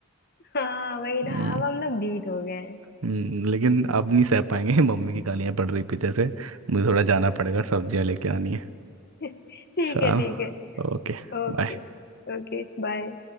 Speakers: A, on the left; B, on the right.
A: हाँ वही ना
B: हम्म,
A: अब हम लोग बीट हो गए हैं
B: हम्म, लेकिन अब नहीं सह पाएंगे <laughs> मम्मी की गालियां पड़ रही पीछे से मुझे थोड़ा जाना पड़ेगा सब्जियां लेके आनी है
A: <laughs> ठीक
B: चल
A: है ठीक है
B: ओके
A: ओके
B: बाय
A: ओके बाय